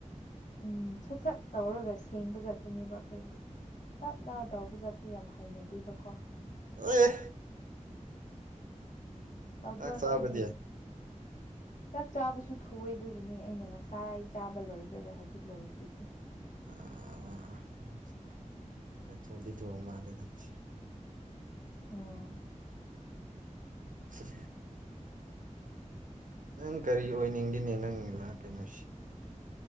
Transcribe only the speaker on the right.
ꯑꯣ
ꯆꯥꯛ ꯆꯥꯕꯗꯤ
ꯑꯥ
ꯑꯥ ꯑꯥ ꯑꯥ ꯑꯥ ꯈꯔ ꯊꯣꯡꯗꯤ ꯊꯣꯡꯑ ꯃꯥꯜꯂꯦ ꯅꯪꯁꯦ
ꯎꯝ ꯅꯪ ꯀꯔꯤ ꯑꯣꯏꯅꯤꯡꯒꯤꯅꯦ ꯅꯪ ꯀꯩꯅꯣꯁꯤ